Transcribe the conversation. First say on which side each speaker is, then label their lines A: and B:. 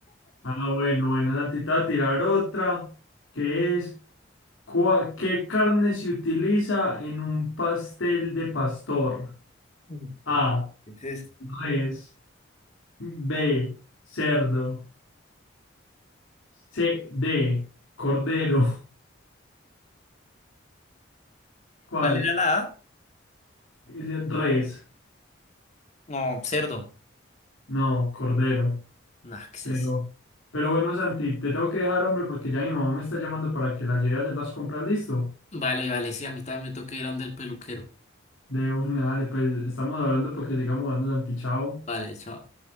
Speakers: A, on the left; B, on the left.
A: Ah, bueno, bueno, Santi, te voy a tirar otra, que es, ¿cuál- ¿qué carne se utiliza en un pastel de pastor?
B: <laughs>
A: A,
B: ¿Qué es esto?
A: res, B, cerdo, C, D, cordero. <laughs> ¿Cuál?
B: ¿Cuál era la A?
A: Dice Res,
B: No, cerdo.
A: no, cordero.
B: Naxes.
A: Pero, pero bueno, Santi, te tengo que dejar, hombre, porque ya mi mamá me está llamando para que la lleve a hacer las compras, ¿listo?
B: Vale, vale, sí, a mí también me toca ir a donde el peluquero.
A: De una, dale, pues estamos hablando porque sigamos jugando, Santi, chao.
B: Vale, chao.